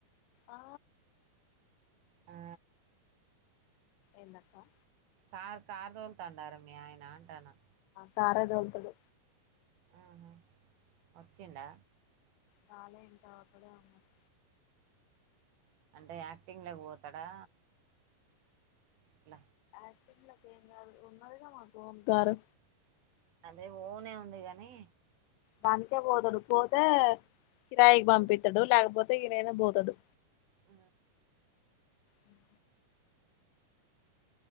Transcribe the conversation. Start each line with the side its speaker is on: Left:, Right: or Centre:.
Left: ఆ
Right: ఆ
Left: ఎందక్క
Right: కార్ కార్ దోలు తాండ రా మీ అయన అంటానా
Left: కార్ ఎ తొల్తాడు
Right: ఆహ వచ్చిండా
Left: రాలె ఇంకా అక్కడే ఉన్నాడు
Right: అంటే యాక్టింగ్ లకి పోతాడా ఎట్ల
Left: నటీన్ల ఎం కాదు ఉన్నాది కా మాకు ఓన్ కారు
Right: అదే ఓన్ నే ఉంది గాని
Left: దానికే పోతాడు పోతే కిరాయికి పంపితాడు లేకపోతే ఈయనైనా పోతాడు
Right: ఆ
Left: మ్